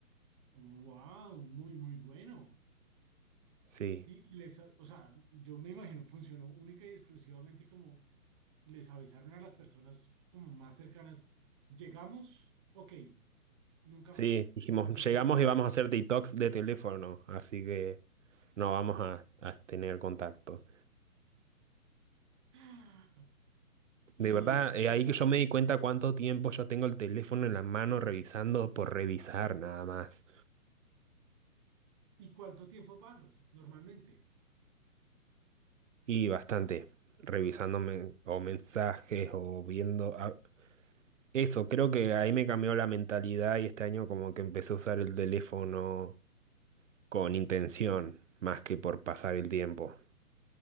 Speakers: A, on the right; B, on the right.
A: wow, muy, muy bueno.
B: Sí,
A: Y, y les, o sea, yo me imagino funcionó única y exclusivamente como les avisaron a las personas como más cercanas, llegamos, ok, nunca
B: sí,
A: más,
B: dijimos,
A: vamos a tener
B: llegamos
A: contacto.
B: y vamos a hacer detox de teléfono, así que no vamos a, a tener contacto.
A: <gasps> <laughs>
B: De
A: ¿Y,
B: verdad,
A: y
B: eh,
A: qué
B: ahí
A: tal?
B: que yo me di cuenta cuánto tiempo yo tengo el teléfono en la mano revisando por revisar nada más.
A: ¿Y cuánto tiempo pasas normalmente?
B: Y bastante, revisándome o mensajes o viendo... a- Eso, creo que ahí me cambió la mentalidad y este año como que empecé a usar el teléfono con intención, más que por pasar el tiempo.